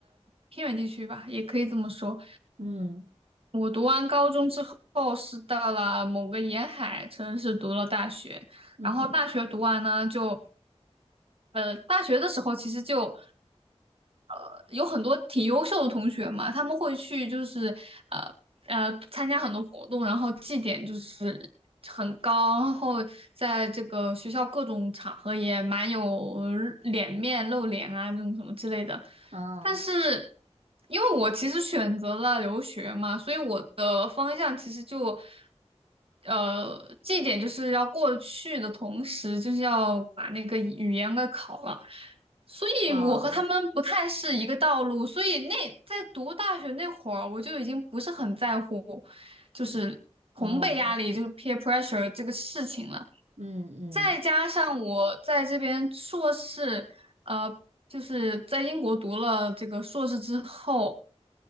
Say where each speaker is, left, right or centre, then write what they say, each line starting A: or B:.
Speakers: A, on the right; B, on the right.
A: 偏远地区吧，也可以这么说。
B: 嗯
A: 我读完高中之后是到了某个沿海城市读了大学，
B: 嗯哼，
A: 然后大学读完呢就。呃，大学的时候其实就呃有很多挺优秀的同学嘛，他们会去就是呃呃参加很多活动，然后绩点就是很高，然后在这个学校各种场合也蛮有脸面露脸啊这种什么之类的。
B: 哦
A: 但是因为我其实选择了留学嘛，所以我的方向其实就呃绩点就是要过去的同时，就是要把那个语言给考了。所以我和他们不太是一个道路，
B: 哦
A: 所以那在读大学那会儿，我就已经不是很在乎，就是同辈压力，
B: 哦，
A: 就是 peer pressure 这个事情了。
B: 嗯嗯
A: 再加上我在这边硕士，呃，就是在英国读了这个硕士之后，